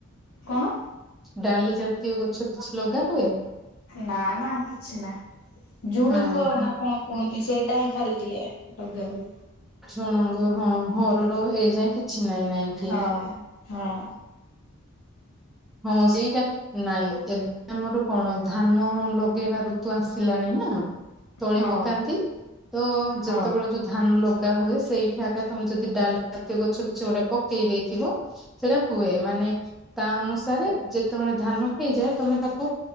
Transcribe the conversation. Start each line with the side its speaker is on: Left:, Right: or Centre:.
Left: କଣ?
Centre: ଡାଲି ଜାତୀୟ ଗଛ କିଛି ଲଗା ହୁଏ?
Left: ନା ନା କିଛି ନାହିଁ ଝୁଡଙ୍ଗ
Centre: ହଁ ହଁ
Left: ନା କଣ? କଣତି ସେଟାଇ ଖାଲଟିଏ ଲଗାହୁଏ।
Centre: କଣଙ୍କ ହଁ ହରଡ଼ ଏ ଯାଏ କିଛି ନାଇଁ ନାଇଁ। କି?
Left: ହଁ ହଁ।
Centre: ହଁ ସେଇଟା। ନାଇଁ ଏବେ ଆମର କଣ ଧାନ ଲଗେଇବା ଋତୁ ଆସିଲାଣି ନା? ତଳି
Left: ହଁ
Centre: ପକାନ୍ତି ତ
Left: ହଁ।
Centre: ଯେତେବେଳେ ଯୋଉ ଧାନ ଲଗା ତା ହୁଏ ସେଇଠି ଆଗ ତମେ ଯଦି ଡାଲି ଜାତୀୟ ଗଛ କିଛି ଗୋଟେ ପକେଇ ଦେଇଥିବ। ସେଇଟା ହୁଏ ମାନେ ତା ଅନୁସାରେ ଯେତେବେଳେ ଧାନ ହେଇଯାଏ ତମେ ତାକୁ